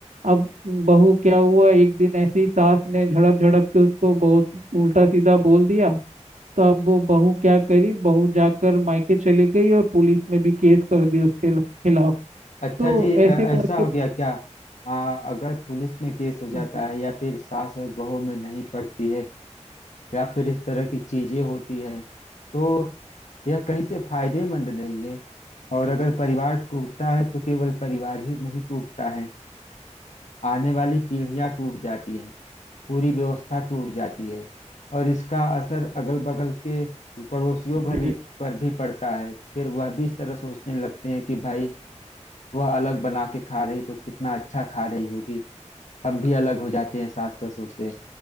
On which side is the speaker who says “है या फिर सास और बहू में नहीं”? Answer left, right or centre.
Left